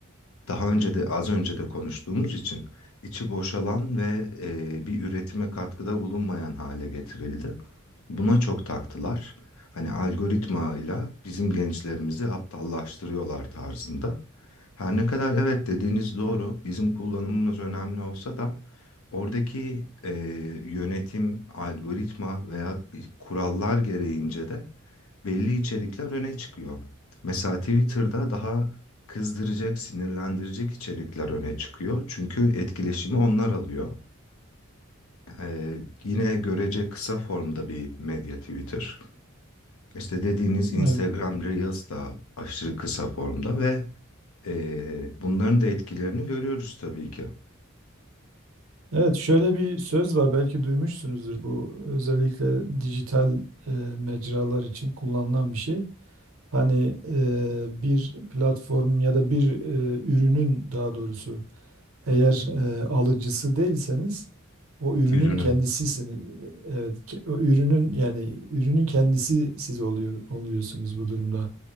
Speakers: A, on the left; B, on the right.
A: daha önce de az önce de konuştuğumuz için içi boşalan ve e, bir üretime katkıda bulunmayan hale getirildi. Buna çok taktılar. Hani algoritmayla bizim gençlerimizi aptallaştırıyorlar tarzında. Her ne kadar evet dediğiniz doğru, bizim kullanımımız önemli olsa da oradaki e, yönetim, algoritma veya kurallar gereğince de belli içerikler öne çıkıyor. Mesela Twitter'da daha kızdıracak, sinirlendirecek içerikler öne çıkıyor. Çünkü etkileşimi onlar alıyor. Ee, yine görece kısa formda bir medya Twitter. İşte dediğiniz Instagram
B: Evet.
A: Reels da aşırı kısa formda ve ee, bunların da etkilerini görüyoruz tabii ki.
B: Evet, şöyle bir söz var belki duymuşsunuzdur bu özellikle dijital e, mecralar için kullanılan bir şey. Hani e, bir platform ya da bir e, ürünün daha doğrusu eğer e, alıcısı değilseniz o ürünün
A: Ürünü.
B: kendisisiniz. Evet, ke- o ürünün yani ürünün kendisi siz oluyor oluyorsunuz bu durumda.